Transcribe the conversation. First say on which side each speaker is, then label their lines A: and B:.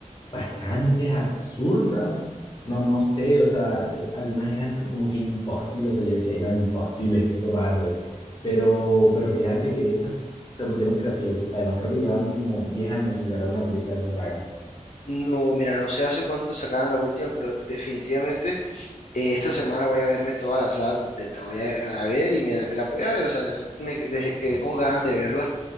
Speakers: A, on the left; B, on the left.
A: bastante absurdas. No, no sé, o sea, eh, algunas eran co- como que imposibles, o sea, yo decía, "Ay, no, imposible que esto pase. Pero, pero fíjate que estas se pusieron creativos. Además, creo que llevan como 10 años sin sacar una película de esa saga.
B: No, mira, no sé hace cuánto sacaban la última, pero definitivamente eh, esta semana voy a verme toda la saga completa, voy a, a ver y me, la me la voy a ver, o sea, no- me dejé, quedé con ganas de verla,